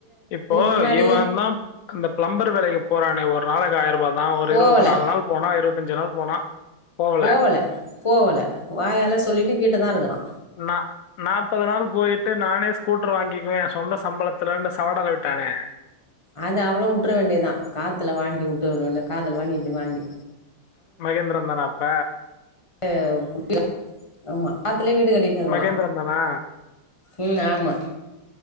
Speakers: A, on the left (about 85°); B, on the left (about 15°).
A: இப்போ
B: முன்னாடி
A: இவந்தா அந்த பிளம்பர் வேலைக்கு போறானே ஒர் ஒரு நாளைக்கு ஆயிரூபா ஆகு நா ஒரு
B: போவல
A: இருவத்தி நாலு நாள் போனா இருவது கொஞ்ச நாள் போனா போகல.
B: போவல போவல வாயால சொல்லிட்டு வீட்டதா இருக்குறா
A: நா நாப்பது நாள் போயிட்டு நானே ஸ்கூட்டர் வாங்கிக்குவே சொந்த சம்பளத்துலன்னு சவடல விட்டானே
B: அது அவ்ளோ உட்டுற வேண்டிதா காத்துல வாங்கி உட்டு உட வேண்டிதா காதுல வாங்கி இப்டி வாங்கி
A: மகேந்திரன்தான அப் ப்ப
B: <inaudible> த்துல வீடு கட்டின் இருக்குறா
A: மகேந்திரன் தானா?
B: ம் ஆமா